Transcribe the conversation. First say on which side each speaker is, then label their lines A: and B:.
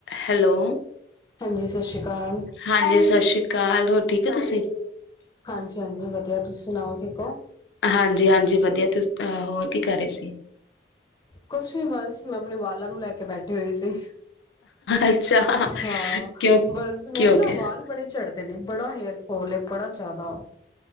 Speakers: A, on the left; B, on the left.
A: Hello.
B: ਹਾਂਜੀ, ਸਤਿ ਸ਼੍ਰੀ ਅਕਾਲ।
A: ਹਾਂਜੀ, ਸਤਿ ਸ਼੍ਰੀ ਅਕਾਲ ਹੋਰ ਠੀਕ ਹੋ ਤੁਸੀਂ।
B: ਹਾਂਜੀ-ਹਾਂਜੀ ਵਧੀਆ, ਤੁਸੀਂ ਸੁਣਾਓ ਠੀਕ ਓ?
A: ਹਾਂਜੀ-ਹਾਂਜੀ ਵਧੀਆ, ਤੁਸੀ ਹੋਰ ਕੀ ਕਰ ਰਹੇ ਸੀ?
B: ਕੁਛ ਨੀ ਬਸ, ਮੈਂ ਅਪਨੇ ਵਾਲਾਂ ਨੂੰ ਲੈਕੇ ਬੈਠੇ ਹੋਏ ਸੀ।
A: ਅੱਛਾ
B: ਹਾਂ,
A: ਕਿਉਂ
B: ਬਸ ਮੈਂਰੇ
A: ਕੀ ਹੋ
B: ਨਾ
A: ਗਿਆ
B: ਵਾਲ ਬੜੇ ਝੜ੍ਹਦੇ ਨੇ, ਬੜਾ ਹੇਅਰਫਾਲ ਏ ਬੜਾ ਜਾਦਾ।